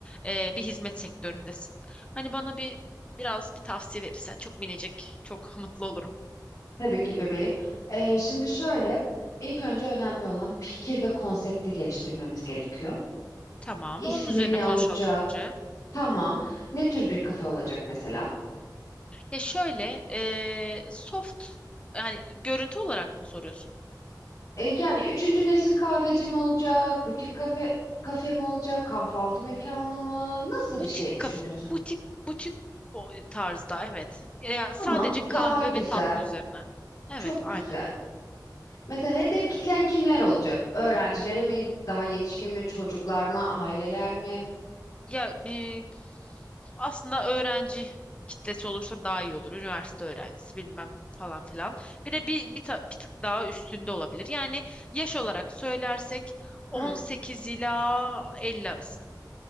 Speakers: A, on the left; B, on the left.
A: E, bir hizmet sektöründesin. Hani bana bir biraz bir tavsiye verirsen çok minicik, çok <laughs> mutlu olurum.
B: Tabii ki bebeğim. Ee, şimdi şöyle, ilk önce önemli olan fikir ve konsepti geliştirmemiz gerekiyor.
A: Tamam.
B: İsmi
A: Onun üzerine
B: ne
A: konuşalım
B: olacak?
A: önce.
B: Tamam. Ne tür bir kafe olacak mesela?
A: Ya şöyle, e, soft yani görüntü olarak mı soruyorsun?
B: Ee, yani üçüncü nesil kahveci mi olacak? Butik kafe, kafe mi olacak? Kahvaltı mekanı mı? Nasıl
A: Butik
B: bir şey düşünüyorsun?
A: kaf, butik butik o tarzda evet. Ya
B: Tamam.
A: sadece kahve
B: Daha güzel.
A: ve tatlı üzerine. Evet,
B: Çok
A: aynen.
B: güzel. Mesela hedef kitlen kimler olacak? Öğrencilere mi, daha yetişkin mi, çocuklar mı, aileler mi?
A: Ya e, aslında öğrenci kitlesi olursa daha iyi olur. Üniversite öğrencisi bilmem falan filan. Bir de bir, bir, ta- bir tık daha üstünde olabilir. Yani yaş olarak söylersek 18
B: Hı,
A: ila 50 arası.